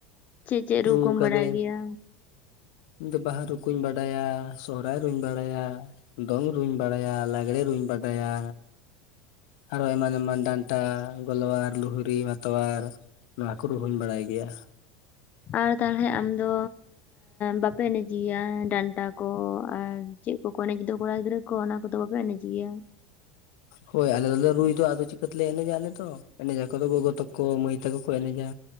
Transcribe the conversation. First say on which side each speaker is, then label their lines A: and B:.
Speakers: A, on the left (about 40°); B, on the left (about 70°).
A: ᱪᱮᱫ ᱪᱮᱫ
B: ᱨᱩ
A: ᱠᱚᱢ
B: ᱠᱟᱹᱫᱟᱹᱧ
A: ᱵᱟᱲᱟᱭ ᱜᱮᱭᱟ
B: ᱤᱧ ᱫᱚ ᱵᱟᱦᱟ ᱨᱩᱠᱩᱧ ᱵᱟᱰᱟᱭᱟ ᱥᱚᱦᱚᱨᱟᱭ ᱨᱩᱧ ᱵᱟᱰᱟᱭᱟ ᱫᱚᱝ ᱨᱩᱧ ᱵᱟᱲᱟᱭᱟ ᱞᱟᱜᱽᱲᱮ ᱨᱩᱧ ᱵᱟᱰᱟᱭᱟ ᱟᱨᱚ ᱮᱢᱟᱱ ᱮᱢᱟᱱ ᱰᱟᱱᱴᱟ ᱜᱞᱣᱟᱨ ᱞᱩᱦᱲᱤ ᱵᱟᱛᱣᱟᱨ ᱱᱚᱣᱟ ᱠᱚ ᱨᱩᱦᱩᱧ ᱵᱟᱲᱟᱭ ᱜᱮᱭᱟ
A: ᱟᱨ ᱛᱟᱦᱚᱞᱮ ᱟᱢ ᱫᱚ ᱵᱟᱯᱮ ᱮᱱᱮᱡᱮᱤᱭᱟ ᱰᱟᱱᱴᱟ ᱠᱚ ᱟᱨ ᱪᱮᱫ ᱠᱚᱠᱚ ᱮᱱᱮᱡ ᱫᱚ ᱠᱚᱲᱟ ᱜᱤᱫᱽᱨᱟᱹ ᱠᱚ ᱚᱱᱟ ᱠᱚᱫᱚ ᱵᱟᱯᱮ ᱮᱱᱮᱡ ᱜᱮᱭᱟ
B: ᱦᱚᱭ ᱟᱞᱮ ᱫᱚᱞᱮ ᱨᱩᱭ ᱫᱚ ᱟᱫᱚ ᱪᱤᱠᱟᱹ ᱛᱮᱞᱮ ᱮᱱᱮᱡᱟ ᱟᱞᱮᱫᱚ ᱮᱱᱮᱡᱟ ᱟᱠᱚᱫᱚ ᱜᱚᱜᱚ ᱛᱟᱠᱚ ᱢᱟᱹᱭ ᱛᱟᱠᱚ ᱠᱚ ᱮᱱᱮᱡᱟ